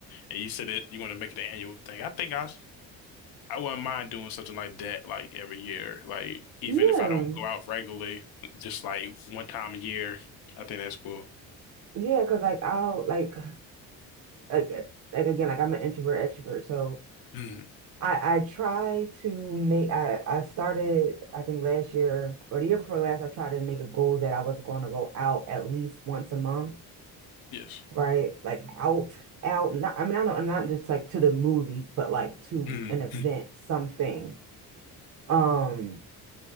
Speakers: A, on the left (about 65°); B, on the right (about 50°).
A: and you said that you want to make it an annual thing. I think I s- I wouldn't mind doing something like that like every year. Like even
B: Yeah,
A: if I don't go out regularly, just like one time a year. I think that's cool.
B: yeah, because like I'll like like uh, like again like I'm an introvert extrovert, so
A: Mm,
B: I I try to make I I started I think last year or the year before last I tried to make a goal that I was going to go out at least once a month,
A: yes.
B: right? Like out out not I mean I don't not just like to the movies, but like to
A: Mm,
B: an event, something. Um.